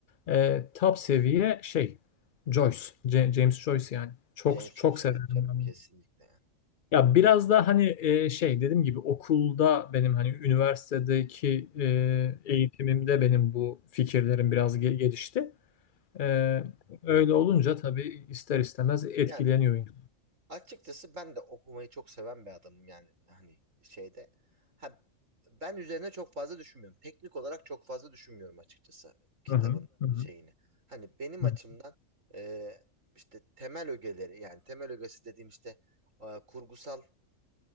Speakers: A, on the left; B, on the right.
A: E, top seviye şey Joyce, Ja- James Joyce yani. Çok
B: James Joyce
A: çok severim
B: evet canım
A: ben.
B: kesinlikle yani.
A: Ya biraz da hani
B: Hı
A: e,
B: hı.
A: şey dediğim gibi okulda benim hani üniversitedeki e,
B: Hı hı,
A: eğitimimde benim bu fikirlerim biraz gel- gelişti.
B: Evet.
A: E, öyle olunca tabii ister istemez etkileniyor.
B: Yani Açıkçası ben de okumayı çok seven bir adamım yani hani şeyde. Ha, ben üzerine çok fazla düşünmüyorum. Teknik olarak çok fazla düşünmüyorum açıkçası kitabın
A: Hı hı, hı hı,
B: şeyini. Hani benim
A: hı
B: açımdan e, işte temel ögeleri yani temel ögesi dediğim işte e, kurgusal